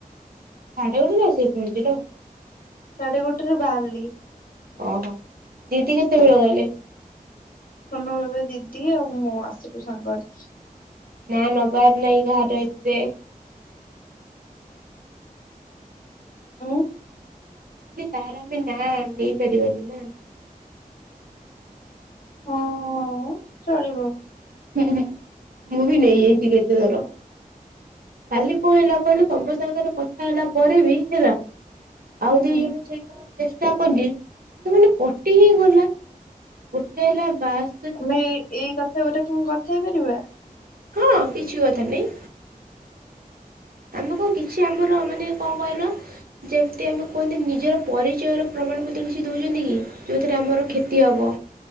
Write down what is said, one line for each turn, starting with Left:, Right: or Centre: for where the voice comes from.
Right: ସାଢେ ଗୋଟେରେ ଆସିକି ପହଞ୍ଚିଲ?
Left: ସାଢେ ଗୋଟେରେ ବାହାରିଲି।
Right: ଓହୋ। ଦିଦି କେତେବେଳେ ଗଲେ?
Left: ସନ ବେବେ, ଦିଦି ଆଉ ମୁଁ ଆସିଲୁ ସାଙ୍ଗ ହେଇକି।
Right: ନା ନବାର ନାହିଁ କାହାର ଏତେ।
Left: ଉଁ।
Right: କି ତାର ଆମେ ନା ନେଇପାରିବାନି। ନା
Left: ହଁ ହଁ, ଚଳିବ।
Right: ହୁଁ ହୁଁ। ମୁଁ ବି ନେଇଯାଇଛି କେତେଥର। କାଲି କଣ ହେଲା କହିଲୁ ତମ ସାଙ୍ଗରେ କଥା ହେଲା ପରେ ବି ହେଲା
Left: ହୁଁ
Right: ଆଉ ଦି ଜଣ ସେଇ ପ -ଚେଷ୍ଟା କଲି। ସେ ମାନେ କଟି ହିଁ ଗଲା। ଗୋଟେ ହେଲା ବାସ୍
Left: ଆମେ ଏଇ କଥା ଗୁଡା କଣ କଥା ହେଇ ପାରିବା?
Right: ହଁ କିଛି କଥା ନାଇଁ। ଆମେ କଣ କିଛି ଆମର ମାନେ କଣ କହିଲ ଯେମ୍ତି ଆମେ କୁହନ୍ତିନି, ନିଜର ପରିଚୟର ପ୍ରମାଣପତ୍ର କିଛି ଦେଉଛନ୍ତି କି? ଯୋଉ ଥିରେ ଆମର କ୍ଷତି ହବ?